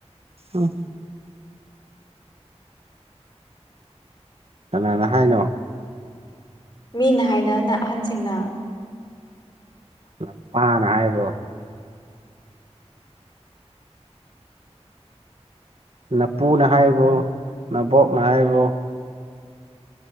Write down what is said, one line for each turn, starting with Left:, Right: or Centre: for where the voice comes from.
Right: ꯑ ꯀꯅꯥꯅ ꯍꯥꯏꯅꯣ
Left: ꯃꯤꯅ ꯍꯥꯏꯅꯅ ꯑꯍꯟꯁꯤꯡꯅ
Right: ꯂꯄꯥꯅ ꯍꯥꯏꯕꯣ ꯂꯄꯨꯅ ꯍꯥꯏꯕꯨ ꯅꯕꯣꯛꯅ ꯍꯥꯏꯕꯨ